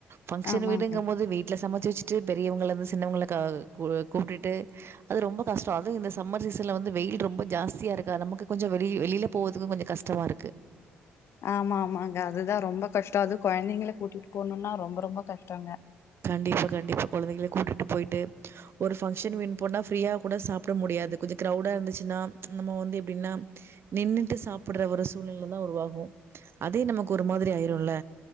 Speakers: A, on the right; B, on the left.
A: பங்க்ஷன்
B: ஆமாங்க
A: வீடுங்க போது வீட்ல சமைச்சு வெச் பெரியவங்களந்து சின்னவங்கள கூப்டுட்டு அது ரொம்ப கஷ்டம் அதுவும் இந்த சம்மர் சீசன்ல வந்து வெயில் ரொம்ப ஜாஸ்தியாக இருக்கா நமக்கு கொஞ்சம் வெளி வெளியில போவதுக்கு கொஞ்சம் கஷ்டமா இருக்கு
B: ஆமா ஆமாங்க அதுதான் ரொம்ப கஷ்டம் அது கொழந்தைங்க கூட்டிட்டு போகணும்னா ரொம்ப ரொம்ப கஷ்டங்க
A: கண்டிப்பா கண்டிப்பா கொழந்தைகளை கூட்டுட்டு போயிட்டு ஒரு ஃபங்க்ஷன் வீண் போனா ஃப்ரீயா கூட சாப்பிட முடியாது கொஞ்சம் கிரௌடா இருந்துச்சுன்னா நம்ம வந்து எப்படின்னா நின்னுட்டு சாப்பிடுற ஒரு சூழ்நிலை தான் உருவாகும் அதே நமக்கு ஒரு மாதிரி ஆயிரும்ல